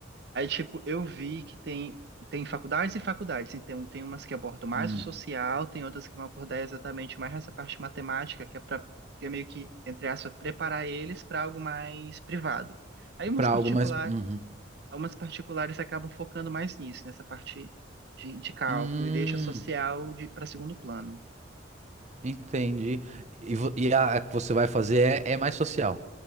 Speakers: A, on the right (about 60°); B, on the right (about 40°).
A: Aí, tipo, eu vi que tem, tem faculdades e faculdades, então tem umas que abordam mais
B: Hum.
A: o social, tem outras que vão abordar exatamente mais essa parte matemática, que é pra, que é meio que, entre aspas, preparar eles para algo mais privado. Aí umas
B: Para
A: particulares
B: algo mais. Uhum.
A: Algumas particulares acabam focando mais nisso, nessa parte de, de cálculo,
B: Hum,
A: e deixa social para segundo plano.
B: entendi. E, vo- e a, a que você vai fazer é, é mais social.